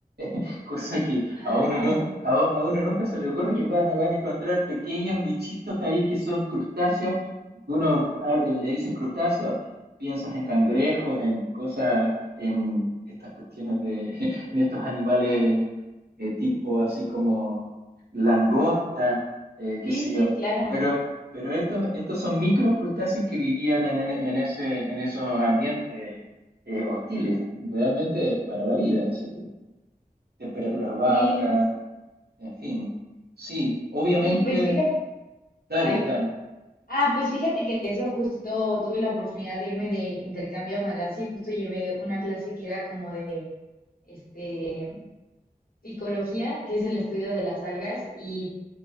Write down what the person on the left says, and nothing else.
Ah,
<laughs>
sí,
sí, claro.
Sí,
sí, pues fíjate,
ay.
Ah, pues fíjate que eso justo tuve la oportunidad de irme de intercambio a Malasia y justo llevé una clase que que era como de de este picología, que es el estudio de las algas y